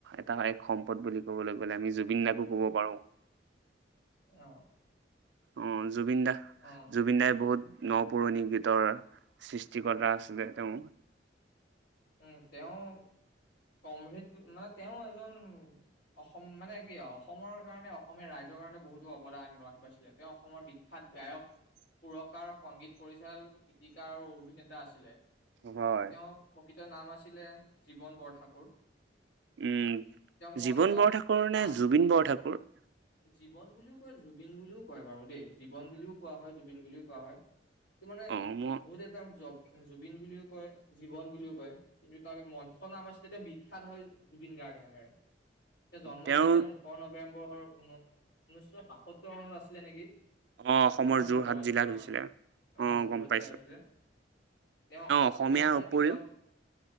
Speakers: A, on the right; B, on the left.
A: এটা এক সম্পদ বুলি ক'বলৈ গ'লে আমি জুবিন দাকো ক'ব পাৰো
B: অ
A: অ জুবিন দা
B: অ
A: জুবিন দাই বহুত ন পুৰণি গীতৰ সৃষ্টিক্তা আছিলে তেওঁ
B: উম তেওঁ কমহ মানে তেওঁ এজন অসম মানে কি অসমৰ কাৰণে অসমীয়া ৰাইজৰ কাৰণে বহুতো অৱদান গ্ৰহণ কৰিছিলে তেওঁ অসমৰ বিখ্যাত গায়ক সুৰকাৰ সংগীত পৰিচাল গীতিকাৰ আৰু অভিনেতা আছিলে
A: অ হয়
B: তেওঁ প্ৰকৃত নাম আছিলে জীৱন বৰঠাকুৰ
A: উম
B: তেওঁক মঞ্চত
A: জীৱন বৰঠাকুৰ
B: না
A: নে জুবিন বৰঠাকুৰ
B: জীৱন বুলিও কয় জুবিন বুলিও কয় বাৰু দেই জীৱন বুলিও কোৱা হয় জুবিন বুলিও কোৱা হয় ত মানে
A: অ মই
B: বহুত এটা জুবিন বুলিও কয় জীৱন বুলিও কয় কিন্তু তাৰ মঞ্চ নাম আছিলে এতিয়া বিখ্যাত হয় জুবিন গাৰ্গ নামেৰে এতিয়া জন্ম
A: তেওঁ
B: হৈছিলে ওঠৰ নৱেম্বৰ ঊনৈ নৈশ বাসত্তৰ মনত আছিলে নেকি
A: অ অসমৰ
B: ওঠৰ নৱেম্বৰত
A: যোৰহাট জিলাত
B: আহ
A: হৈছিলে
B: আহ
A: অ
B: যোৰহাট
A: গম পাইছো
B: জিলা আছিলে তেওঁ অসমীয়া
A: অসমীয়াৰ
B: সংগীতক
A: উপৰিও